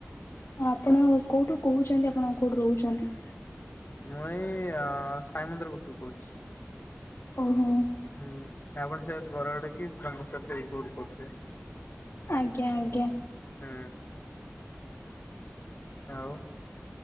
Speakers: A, on the left; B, on the left.
A: ଆପଣ କୋଉଠୁ କହୁଛନ୍ତି ଆପଣ କୋଉଠୁ ରହୁଛନ୍ତି?
B: ମୁଁ ଏଇ ଅ ସାଇମନ୍ଦିର ପଖରୁ କହୁଛି।
A: <inaudible>
B: <inaudible>
A: ଆଜ୍ଞା ଆଜ୍ଞା।
B: ହୁଁ। ଆଉ।